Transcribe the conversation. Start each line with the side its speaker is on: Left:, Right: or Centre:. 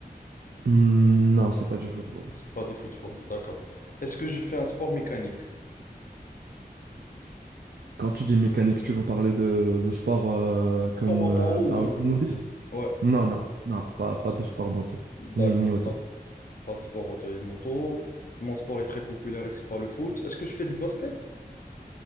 Right: Hmm, non, c'est pas du football.
Left: C'est pas du football, d'accord. Est-ce que je fais un sport mécanique?
Right: Quand tu dis mécanique, tu veux parler de, de sport euh, comme
Left: Sport
Right: euh,
Left: auto ou
Right: à
Left: moto?
Right: automobile?
Left: Ouais,
Right: Non, non, non, pas, pas de sport moto,
Left: d'accord.
Right: ni, ni auto.
Left: Pas, pas de sport auto et moto. Mon sport est très populaire et c'est pas le foot. Est-ce que je fais du basket?